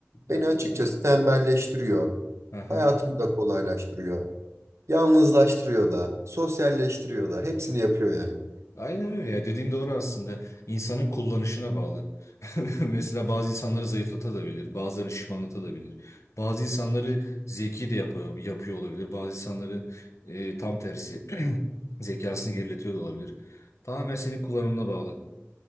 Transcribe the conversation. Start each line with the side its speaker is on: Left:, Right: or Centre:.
Left: Ha,
Right: Beni
Left: değil
Right: açıkçası
Left: mi?
Right: tembelleştiriyor.
Left: Aha.
Right: Hayatımı da kolaylaştırıyor. Yalnızlaştırıyor da, sosyalleştiriyor da. Hepsini yapıyor yani.
Left: Aynen öyle ya dediğin doğru aslında. İnsanın kullanışına bağlı. <laughs> Mesela bazı insanları zayıflatabilir, bazılarını şişmanlatabilir. Bazı insanları zeki de yapıyor, yapıyor olabilir. Bazı insanları e, tam tersi <clears throat> zekasını geriletiyor da olabilir. Tamamen senin kullanımına bağlı.